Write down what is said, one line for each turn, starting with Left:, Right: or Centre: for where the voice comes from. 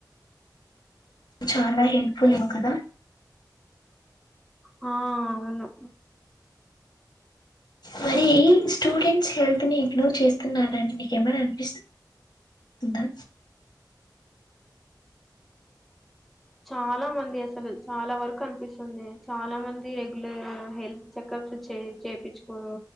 Left: చాలా హెల్ప్ఫుల్ ఏమో కదా
Centre: ఆ అవును
Left: మరి స్టూడెంట్స్ హెల్త్ ని ఇగ్నోర్ చేస్తున్నారని మీకేమైనా అనిపిస్తుం దా
Centre: చాలా మంది అసలు చాలా వరకు అనిపిస్తుంది చాలా మంది రెగ్యులర్ హెల్త్ చెకప్స్ చే చేపిచ్చుకోరు